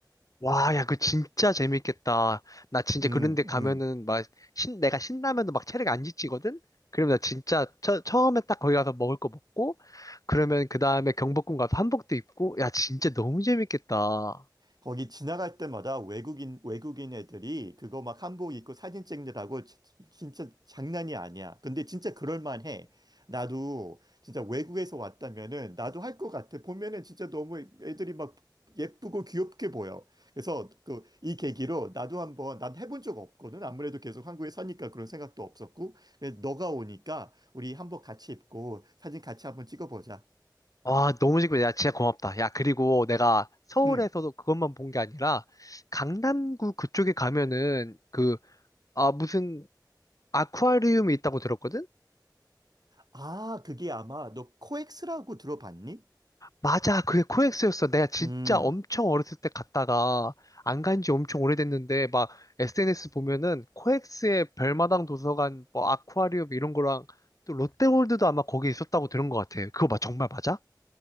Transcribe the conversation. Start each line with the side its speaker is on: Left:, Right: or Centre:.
Left: 와, 야, 그 진짜 재밌겠다. 나 진짜
Right: 음,
Left: 그런데 가면은
Right: 음.
Left: 막 신, 내가 신라면도 막 체력 안 지치거든? 그러면 나 진짜 처, 처음에 딱 거기 가서 먹을 거 먹고, 그러면 그 다음에 경복궁 가서 한복도 입고, 야, 진짜 너무 재밌겠다.
Right: 거기 지나갈 때마다 외국인, 외국인 애들이 그거 막 한복 입고 사진 찍느라고 지- 진짜 장난이 아니야. 근데 진짜 그럴만해. 나도 진짜 외국에서 왔다면은 나도 할 것 같아. 보면은 진짜 너무 애들이 막 예쁘고 귀엽게 보여. 그래서 그, 이 계기로 나도 한번 난 해본 적 없거든. 아무래도 계속 한국에 사니까 그런 생각도 없었고. 근데 너가 오니까 우리 한복 같이 입고 사진 같이 한번 찍어보자.
Left: 와, 너무 재밌겠 야, 진짜 고맙다. 야, 그리고 내가 서울에서도
Right: 응.
Left: 그것만 본 게 아니라, 강남구 그쪽에 가면은 그, 아, 무슨 아쿠아리움이 있다고 들었거든?
Right: 아, 그게 아마 너 코엑스라고 들어봤니?
Left: 맞아, 그게 코엑스였어. 내가 진짜
Right: 음,
Left: 엄청 어렸을 때 갔다가 안 간지 엄청 오래됐는데 막 SNS 보면은 코엑스의 별마당 도서관, 뭐 아쿠아리움 이런 거랑 또 롯데월드도 아마 거기 있었다고 들은 것 같아. 그거 막 정말 맞아?